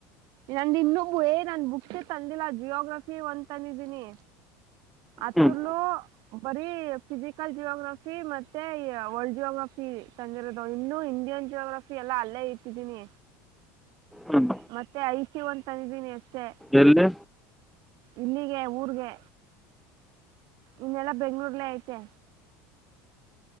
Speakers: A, on the right; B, in the centre.
A: ನಂದು ಇನ್ನೊಬ್ ಏ ನನ್ ಬುಕ್ಸ ತಂದಿಲ್ಲ ಜಿಯೋಗ್ರಫಿ ಒಂತಂದಿದ್ದೀನಿ ಅತಲ
B: ಹ್ಮ್
A: ಬರೀ ಫಿಿಸಿಕಲ್ ಜಿಯೋಗ್ರಫಿ ಫಿ ಮತ್ತೆ ಇ ವರ್ಲ್ಡ್ ಜಿಯೋಗ್ರಫಿ ತಂದಿರೋದು ಇನ್ನು ಇಂಡಿಯನ್ ಜಿಯೋಗ್ರಫಿ ಎಲ್ಲ ಅಲ್ಲೇ ಇ ಟ್ಟಿದೀನಿ
B: ಹ್ಮ್
A: ಮತ್ತೆ ಐ ಸಿ ಒಂದ್ ತಂದಿದ್ದೀನಿ ಅಷ್ಟೆ
B: ಎಲ್ಲಿ
A: ಇಲ್ಲಿಗೆ ಊರ್ಗೆ ಇನ್ನೆಲ್ಲಾ ಬೆಂಗ್ಳೂರ್ಲ್ಲೇ ಐತೆ